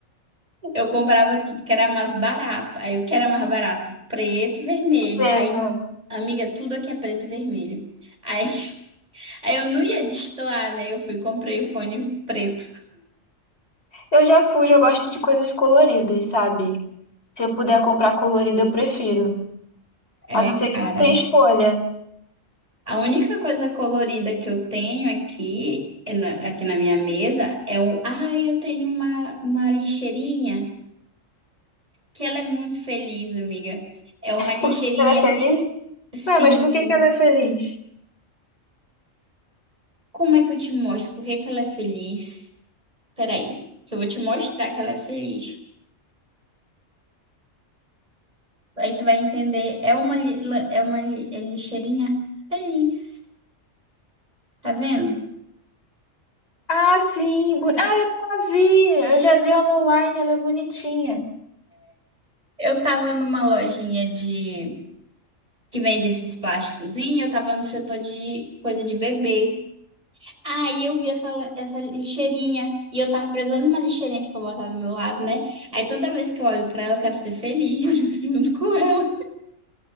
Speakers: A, on the right; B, on the left.
A: <laughs> eu comprava tudo que era mais barato. Aí o que era mais barato? Preto, vermelho.
B: Preta.
A: Aí, amiga, tudo aqui é preto e vermelho. Aí, <laughs> aí eu não ia destoar, né? Eu fui e comprei o fone preto.
B: Eu já fujo, eu gosto de coisas coloridas, sabe? Se eu puder comprar colorida, eu prefiro.
A: É,
B: A não ser
A: cara.
B: que não tenha escolha.
A: A única coisa colorida que eu tenho aqui, é na- aqui na minha mesa, é o. Ai, eu tenho uma, uma lixeirinha. que ela é muito feliz, amiga. É uma lixeirinha
B: Por que ela é
A: assim,
B: feliz?
A: assim.
B: Ué, mas por que que ela é feliz?
A: Como é que eu te mostro? Por que que ela é feliz? Peraí, que eu vou te mostrar que ela é feliz. Aí tu vai entender. É uma, li- la- é uma li- é lixeirinha feliz. Tá vendo?
B: Ah, sim. boni- Ah, eu já vi. Eu já vi ela online, ela é bonitinha.
A: Eu tava numa lojinha de que vende esses plásticozinhos, eu tava no setor de coisa de bebê. Aí eu vi essa, essa lixeirinha e eu tava precisando de uma lixeirinha aqui pra botar do meu lado, né? Aí toda vez que eu olho pra ela, eu quero ser feliz <laughs> junto com ela.